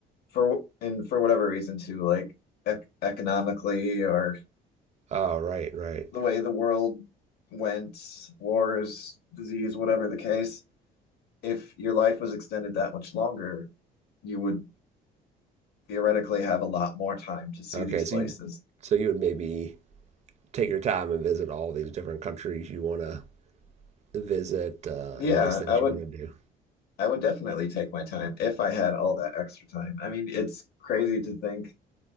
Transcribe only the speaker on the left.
for and for whatever reason too, like ec economically or
the way the world went, wars, disease, whatever the case, if your life was extended that much longer, you would theoretically have a lot more time to see
these places.
Yeah,
I would
I would definitely take my time if I had all that extra time. I mean, it's crazy to think